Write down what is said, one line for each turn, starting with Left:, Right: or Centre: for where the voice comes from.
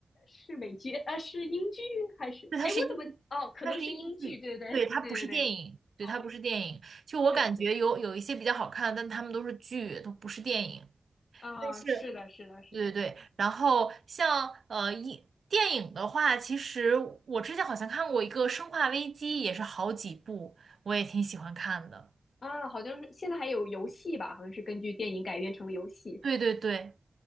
Left: 是美剧呃，是英剧还是？
Right: 对，它是英，
Left: 哎，我怎么哦？可能是英剧，
Right: 它是英剧，
Left: 对对对对对对。
Right: 对，它不是电影，对，
Left: 哦，
Right: 它不是电影。
Left: 我
Right: 就我感觉有有一些比较好看，
Left: 是的，是的，是的，
Right: 但他们都是剧，都不是电影。
Left: 啊，
Right: 但是
Left: 是的，是的，是的，
Right: 对对对，然后像呃一电影的话，其实我之前好像看过一个《生化危机》，也是好几部，我也挺喜欢看的。
Left: 啊，好像是现在还有游戏吧？好像是根据电影改编成了游戏
Right: 对对对。